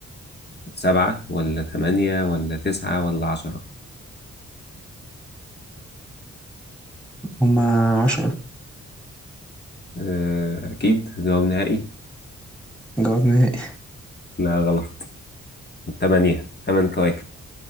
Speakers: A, on the left (about 30°); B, in the centre.
A: سبعة ولا تمانية ولا تسعة ولا عشرة
B: هما عشرة
A: آه أكيد جواب نهائي
B: جواب نهائي
A: لا غلط تمانية تمن كواكب